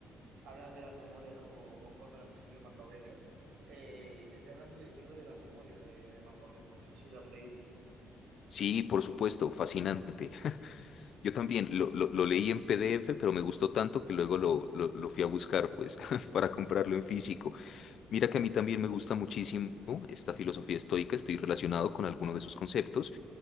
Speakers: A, on the right; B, on the left.
A: hablan de las memorias como conforme las escribió Marco Aurelio. Eh, y te estoy hablando del libro de las memorias de, de Marco Aurelio. No sé si lo has leído.
B: Sí, por supuesto, fascinante. Yo también lo, lo, lo leí en PDF, pero me gustó tanto que luego lo, lo, lo fui a buscar, pues, <laughs> para comprarlo en físico. Mira que a mí también me gusta muchísimo esta filosofía estoica, estoy relacionado con alguno de sus conceptos